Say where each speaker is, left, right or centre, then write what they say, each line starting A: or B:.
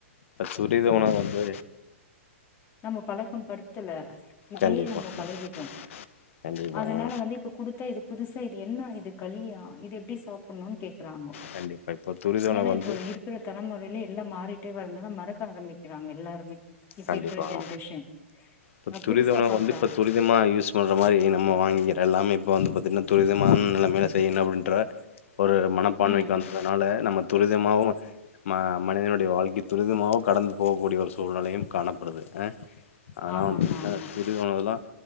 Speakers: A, on the left; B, on the left.
A: அ துரித உணவு வந்து
B: நம்ப பழக்கோ படுத்துல இப்டியே
A: கண்டிப்பா
B: நம்ப
A: கண்டிப்பா
B: பழகிட்டோ
A: கண்டிப்பாங்க
B: அதனால வந்து இப்ப குடுத்தா இது புதுஸ் த இது என்னா இது களியா இது எப்டி சாப்புணுனு கேக் குறாங்கோ
A: கண்டிப்பா இப்ப துரித உணவு
B: ஏன்னா
A: வந்து
B: இப்போ இருக்கிற தலமொறய்லே எல்லாம் மாறிட்டே வரனால மறக்க ஆரம்பிக்கிறாங்க எல்லாருமே இப்ப
A: கண்டிப்பா
B: இருக்கிற ஜென்ரேஷன்
A: இப்ப துரித
B: புதுசா
A: உணவு
B: பாக்குறாங்க
A: வந்து இப்ப துரிதமா யூஸ் பண்ற மாரி நம்ம வாங்கி எல்லாமே இப்ப வந்து து பத்தினா துரிதமான நெலமைய்ல செய்யணு அப்டின்ற ஒரு மனப்பான்மைக்கு
B: ம்
A: வந்ததுனால நம்ம துரிதமாவும் ம மனிதனுடைய வாழ்க்கை துரிதமாவு கடந்து போகக்கூடிய ஒரு சூழ்நிலையும் காணப்படுது அ அதனா
B: ஆமாங்க
A: வந்து <unintelligible>
B: ஆமா
A: ச்